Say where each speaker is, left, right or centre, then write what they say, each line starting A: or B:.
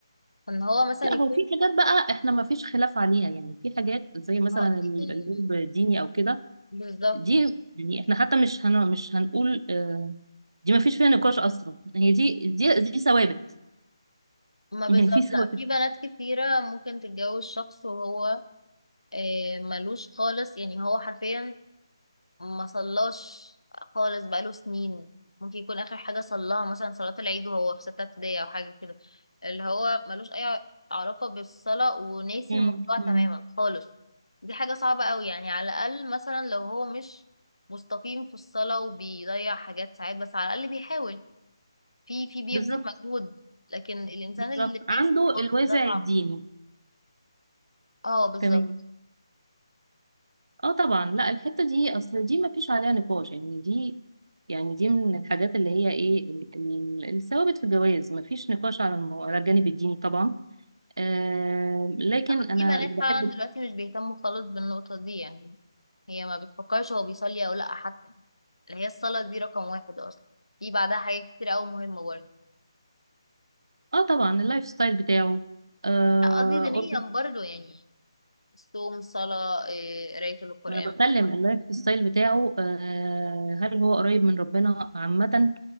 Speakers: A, on the left (about 80°); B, on the right (about 60°).
A: إن هو مثلا
B: لا
A: يكون
B: هو في حاجات بقى احنا ما فيش خلاف عليها يعني في حاجات زي مثلا
A: اه
B: ال-
A: يعني
B: القلب ديني او كده
A: بالظبط
B: دي يعني احنا حتى مش هن مش هنقول آه، دي ما فيش فيها نقاش اصلا هي دي دي دي ثوابت
A: ما
B: <laughs> يعني
A: بالظبط
B: في ثوابت
A: لا في بنات كتيرة ممكن تتجوز شخص وهو آه، ملوش خالص يعني هو حرفيا ما صلاش خالص بقاله سنين ممكن يكون اخر حاجه صلاها مثلا صلاه العيد وهو في سته ابتدائي او حاجه كده اللي هو ملوش اي علاقه بالصلاه وناسي
B: مم،
A: الموضوع
B: مم.
A: تماما خالص دي حاجه صعبه قوي يعني على الاقل مثلا لو هو مش مستقيم في الصلاه وبيضيع حاجات ساعات بس على الاقل بيحاول في في بيبذل
B: بالظبط
A: مجهود لكن الانسان
B: بالظبط
A: اللي
B: عنده
A: ناسي خالص
B: الوازع
A: ده صعب
B: الديني
A: اه بالظبط
B: تمام اه طبعا لا الحته دي اصل دي ما فيش عليها نقاش يعني دي يعني دي من الحاجات اللي هي ايه ال- ال- الثوابت في الجواز ما فيش نقاش على المو... على الجانب الديني طبعا آه لكن
A: اما
B: انا
A: في بنات
B: اللي بحب
A: فعلا دلوقتي مش بيهتموا خالص بالنقطه دي يعني هي ما بتفكرش هو بيصلي او لا حتى اللي هي الصلاة دي رقم واحد اصلا في بعدها حاجات كتير اوي مهمة برضه
B: اه طبعا اللايف ستايل بتاعه آه
A: لا قصدي دينيا
B: قرب-
A: برضه يعني الصوم صلاة إيه، قراية القرآن
B: ما انا
A: مثلا
B: بتكلم اللايف ستايل بتاعه آه هل هو قريب من ربنا عامه